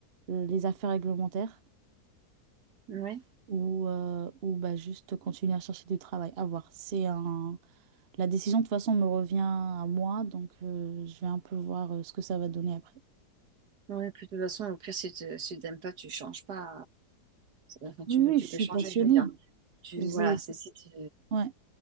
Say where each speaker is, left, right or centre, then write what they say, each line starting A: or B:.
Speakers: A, on the right; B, on the right.
A: euh, les affaires réglementaires
B: ouais
A: ou, euh, ou bah, juste continuer à chercher du travail. À voir. C'est un. La décision, de toute façon, me revient à moi, donc euh, je vais un peu voir euh, ce que ça va donner après.
B: ouais puis de toute façon au pire si tu si t'aimes pas tu changes pas euh, enfin,
A: Oui,
B: tu peux
A: oui,
B: tu
A: je suis
B: peux changer
A: passionnée.
B: je veux dire tu
A: C'est
B: voilà c'est si tu
A: ouais.